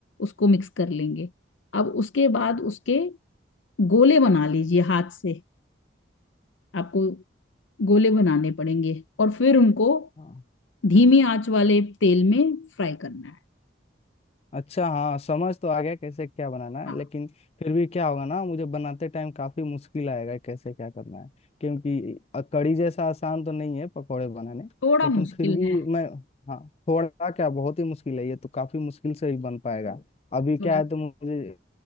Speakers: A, on the left; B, on the left.
A: उसको मिक्स कर लेंगे अब उसके बाद उसके गोले बना लीजिए हाथ से आपको गोले बनाने पड़ेंगे और फिर उनको
B: हाँ।
A: धीमी आंच वाले तेल में फ्राई करना है
B: अच्छा हाँ समझ तो आ गया कैसे क्या बनाना है
A: हाँ
B: लेकिन फिर भी क्या होगा ना मुझे बनाते टाइम काफी मुश्किल आएगा कैसे क्या करना है क्योंकि अ, कढ़ी जैसा आसान तो नहीं है पकौड़े बनाने
A: थोड़ा
B: लेकिन
A: मुश्किल
B: फिर भी
A: है
B: मैं हाँ थोड़ा क्या बहुत ही मुश्किल है ये तो काफी मुश्किल से ही बन पाएगा अभी क्या
A: थोड़ा
B: है तो मुझे